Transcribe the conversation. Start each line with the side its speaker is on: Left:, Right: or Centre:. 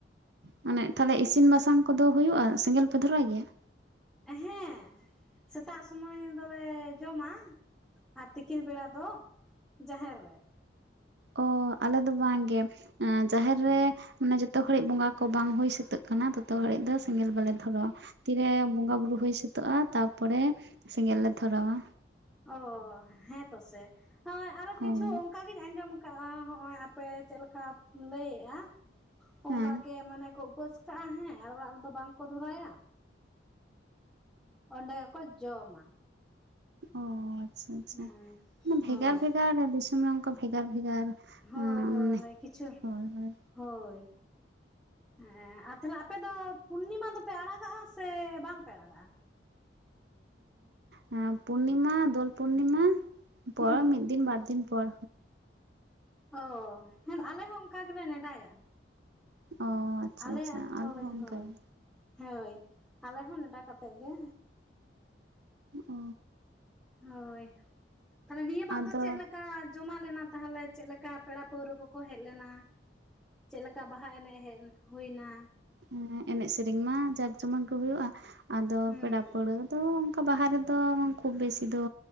Right: ᱢᱟᱱᱮ ᱛᱟᱦᱚᱞᱮ ᱤᱥᱤᱱ ᱵᱟᱥᱟᱝ ᱠᱚᱫᱚ ᱦᱩᱭᱩᱜᱼᱟ ᱥᱮᱸᱜᱮᱞ ᱯᱮ ᱫᱷᱚᱨᱟᱭ ᱜᱮᱭᱟ
Centre: ᱦᱮᱸ ᱥᱮᱛᱟᱜ ᱥᱚᱢᱚᱭ ᱫᱚᱞᱮ ᱡᱚᱢᱟ ᱟᱨ ᱛᱤᱠᱤᱱ ᱵᱮᱲᱟ ᱫᱚ ᱡᱟᱦᱮᱨ ᱨᱮ
Right: ᱚ ᱟᱞᱮ ᱫᱚ ᱵᱟᱝᱜᱮ ᱮᱸ ᱡᱟᱦᱮᱨ ᱨᱮ ᱟᱱᱮ ᱡᱚᱛᱚ ᱜᱷᱟᱹᱲᱤᱡ ᱵᱚᱸᱜᱟ ᱠᱚ ᱵᱟᱝ ᱦᱩᱭ ᱥᱟᱹᱛᱟᱹᱜ ᱠᱟᱱᱟ ᱛᱚᱛᱚ ᱜᱷᱟᱹᱲᱤᱡ ᱫᱚ ᱥᱮᱸᱜᱮᱞ ᱵᱟᱞᱮ ᱫᱷᱚᱨᱟᱣᱟ ᱛᱤᱨᱮ ᱵᱚᱸᱜᱟ ᱵᱩᱨᱩ ᱦᱩᱭ ᱥᱟᱹᱛᱟᱹᱜᱼᱟ ᱛᱟᱯᱚᱨᱮ ᱥᱮᱸᱜᱮᱞ ᱞᱮ ᱫᱷᱚᱨᱟᱣᱟ
Centre: ᱚ ᱦᱮᱸ ᱛᱚ ᱥᱮ ᱦᱳᱭ ᱟᱨᱚ
Right: ᱦᱳᱭ
Centre: ᱠᱤᱪᱷᱩ ᱚᱱᱠᱟ ᱜᱤᱧ ᱟᱸᱡᱚᱢ ᱠᱟᱜᱼᱟ ᱦᱚᱜᱼᱚᱭ ᱟᱯᱮ ᱪᱮᱫ ᱞᱮᱠᱟᱢ ᱞᱟᱹᱭᱮᱜᱼᱟ ᱚᱱᱠᱟᱜᱮ
Right: ᱦᱮᱸ
Centre: ᱢᱟᱱᱮ ᱠᱚ ᱩᱯᱟᱹᱥ ᱠᱟᱜᱼᱟ ᱦᱮᱸ ᱟᱨ ᱚᱲᱟᱜ ᱨᱮᱫᱚ ᱵᱟᱝᱠᱚ ᱫᱷᱚᱨᱟᱭᱟ ᱚᱸᱰᱮᱠᱚ ᱡᱚᱢᱟ
Right: ᱚᱻ ᱟᱪᱪᱷᱟ ᱟᱪᱪᱷᱟ
Centre: ᱦᱩᱸ
Right: ᱢᱟ ᱵᱷᱮᱜᱟᱨ
Centre: ᱦᱳᱭ
Right: ᱵᱷᱮᱜᱟᱨ ᱫᱤᱥᱚᱢ ᱨᱮ ᱚᱱᱠᱟ ᱵᱷᱮᱜᱟᱨ ᱵᱷᱮᱜᱟᱨ
Centre: ᱦᱳᱭ
Right: ᱢᱟᱱᱮ
Centre: ᱦᱳᱭ ᱦᱳᱭ ᱠᱤᱪᱷᱩ
Right: ᱦᱳᱭ ᱦᱳᱭ
Centre: ᱦᱳᱭ ᱦᱮᱸ ᱟᱨ ᱛᱟᱦᱞᱮ ᱟᱯᱮ ᱫᱚ ᱯᱩᱨᱱᱤᱢᱟ ᱫᱚᱯᱮ ᱟᱲᱟᱜᱟᱜᱼᱟ ᱥᱮ ᱵᱟᱝᱯᱮ ᱟᱲᱟᱜᱟᱜᱼᱟ
Right: ᱦᱮᱸ ᱯᱩᱨᱱᱤᱢᱟ ᱫᱳᱞ ᱯᱩᱱᱱᱤᱢᱟ ᱯᱚᱨ
Centre: ᱦᱩᱸ
Right: ᱢᱤᱫ ᱫᱤᱱ ᱵᱟᱨ ᱫᱤᱱ ᱯᱚᱨ
Centre: ᱚ ᱦᱮᱸ ᱟᱞᱮ ᱦᱚᱸ ᱚᱱᱠᱟ ᱜᱮᱞᱮ ᱱᱮᱰᱟᱭᱟ
Right: ᱚ ᱟᱪᱪᱷᱟ
Centre: ᱟᱞᱮᱭᱟᱜ
Right: ᱟᱪᱪᱷᱟ
Centre: ᱦᱳᱭ
Right: ᱟᱞᱮ ᱫᱚ ᱚᱱᱠᱟ
Centre: ᱦᱳᱭ
Right: ᱜᱮ
Centre: ᱦᱳᱭ ᱟᱞᱮ ᱦᱚᱸ ᱱᱮᱰᱟ ᱠᱟᱛᱮᱫ ᱜᱮ
Right: ᱚ
Centre: ᱦᱳᱭ ᱛᱟᱦᱚᱞᱮ ᱱᱤᱭᱟᱹ ᱵᱟᱨ
Right: ᱟᱫᱚ
Centre: ᱫᱚ ᱪᱮᱫ ᱞᱮᱠᱟ ᱠᱟ ᱡᱚᱢᱟ ᱞᱮᱱᱟ ᱛᱟᱦᱚᱞᱮ ᱪᱮᱫ ᱞᱮᱠᱟ ᱯᱮᱲᱟ ᱯᱟᱹᱣᱨᱟᱹ ᱠᱚᱠᱚ ᱦᱮᱡ ᱞᱮᱱᱟ᱾ ᱪᱮᱜ ᱞᱮᱠᱟ ᱵᱟᱦᱟ ᱮᱱᱮᱡ ᱦᱮᱡ ᱦᱳᱭᱱᱟ᱾
Right: ᱦᱮᱸ ᱮᱱᱮᱡ ᱥᱮᱨᱮᱧ ᱢᱟ ᱡᱟᱸᱠ ᱡᱚᱢᱚᱠ ᱜᱮ ᱦᱩᱭᱩᱜᱼᱟ ᱟᱫᱚ
Centre: ᱦᱩᱸ
Right: ᱯᱮᱲᱟ ᱯᱟᱹᱲᱦᱟᱹ ᱛᱚ ᱚᱱᱠᱟ ᱵᱟᱦᱟ ᱨᱮᱫᱚ ᱠᱷᱩᱵ ᱵᱮᱥᱤ ᱫᱚ